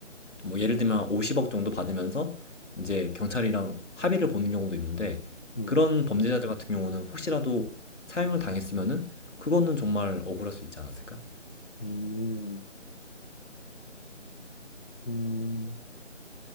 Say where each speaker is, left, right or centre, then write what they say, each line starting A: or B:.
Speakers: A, on the left; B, on the left.
A: 뭐 예를 들면 50억 정도 받으면서 이제 경찰이랑 합의를 보는 경우도 있는데
B: 음,
A: 그런 범죄자들 같은 경우는 혹시라도 사형을 당했으면은 그거는 정말 억울할 수 있지 않았을까?
B: 음, 음.